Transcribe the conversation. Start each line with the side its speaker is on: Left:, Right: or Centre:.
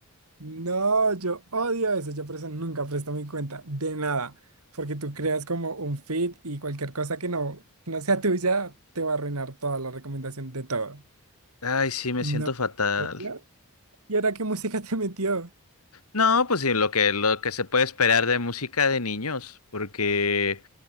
Right: no, yo odio eso. Yo por eso nunca presto mi cuenta de nada, porque tú creas como un feed y cualquier cosa que no, no sea tuya te va a arruinar toda la recomendación de todo.
Left: Ay, sí, me
Right: No.
Left: siento fatal.
Right: ¿en serio? ¿Y ahora qué música te metió?
Left: No, pues sí, lo que, lo que se puede esperar de música de niños, porque